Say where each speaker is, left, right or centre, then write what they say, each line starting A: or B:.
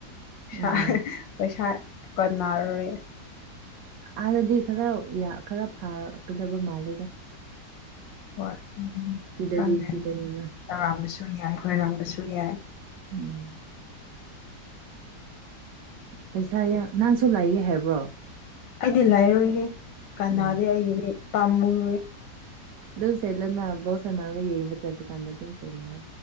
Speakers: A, on the left; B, on the right.
A: ꯄꯩꯁꯥ
B: ꯎꯝ
A: ꯄꯩꯁꯥ ꯀꫭꯟꯅꯔꯔꯣꯏꯌꯦ
B: ꯑꯗꯥꯗꯤ ꯈꯔ ꯌꯥ ꯈꯔ ꯐꯥꯒꯗꯕ ꯃꯥꯜꯂꯦꯗ
A: ꯍꯣꯏ ꯑꯗꯨꯕꯨꯗꯤ
B: ꯁꯤꯗꯗꯤ
A: ꯈꯪꯗ꯭ꯔꯦ
B: ꯁꯤꯗꯅꯤꯅ
A: ꯑꯔꯥꯟꯕꯁꯨ ꯌꯥꯏ ꯂꯣꯏꯔꯝꯕꯁꯨ ꯌꯥꯏ
B: ꯎꯝ꯫ ꯄꯩꯁꯥ ꯌꯥꯝ ꯅꯪꯁꯨ ꯂꯩꯒꯦ ꯍꯥꯏꯕ꯭ꯔꯣ
A: ꯑꯩꯗꯤ ꯂꯩꯔꯣꯏꯍꯦ ꯀꯅꯥꯗꯤ
B: ꯎꯝ
A: ꯑꯩꯒꯤꯗꯤ ꯄꯥꯝꯃꯨꯏꯌꯦ
B: ꯗꯨꯝ ꯁꯦꯠꯂꯨꯅ ꯕꯣꯜ ꯁꯥꯟꯅꯕꯩ ꯌꯦꯡꯕ ꯆꯠꯄ ꯀꯥꯟꯗ ꯗꯨꯝ ꯁꯦꯠꯂꫭ